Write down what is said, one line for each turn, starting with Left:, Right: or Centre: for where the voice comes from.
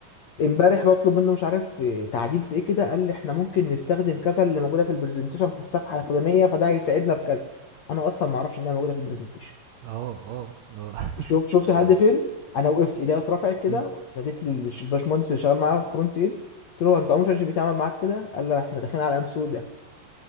Left: امبارح بطلب منه مش عارف آه، تعديل في ايه كده قال لي احنا ممكن نستخدم كذا اللي موجوده في البرزنتيشن في الصفحه الفلانيه فده هيساعدنا في كذا انا اصلا ما اعرفش انها موجوده في البرزنتيشن
Right: اه اه اه
Left: شوف
Right: <laughs>
Left: شفت
Right: يا
Left: لحد
Right: لهوي
Left: فين انا وقفت ايديا اترفعت كده
Right: امم
Left: ناديت للباشمهندس اللي شغال معايا فرونت اند قلت له هو انت عمرك شات جي بي تي عمل معاك كده قال لي احنا داخلين على ايام سودة